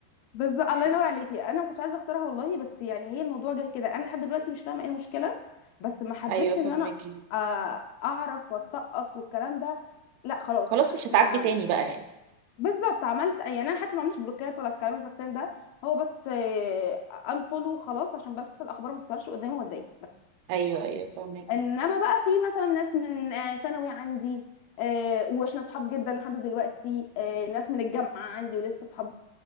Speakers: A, on the left (about 80°); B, on the right (about 80°).
A: بالظبط الله ينور
B: <laughs>
A: عليكي انا ما كنتش عايزه اخسرها والله بس يعني هي الموضوع جه كده انا لحد دلوقتي مش فاهمه ايه المشكله بس ما حبيتش
B: ايوه فهمك
A: ان انا آه، اعرف واتقص والكلام ده لا خلاص
B: خلاص
A: بقى احنا
B: مش هتعاتبي تاني بقى يعني
A: بالظبط عملت يعني انا حتى ما عملتش بلوكات ولا الكلام الفاكسان ده هو بس انفولو خلاص عشان بس الاخبار ما تظهرش قدامي واتضايق بس
B: ايوه ايوه فاهمك
A: انما بقى في مثلا ناس من آه، ثانوي عندي آه، واحنا اصحاب جدا لحد دلوقتي آه، ناس من الجامعه عندي ولسه اصحاب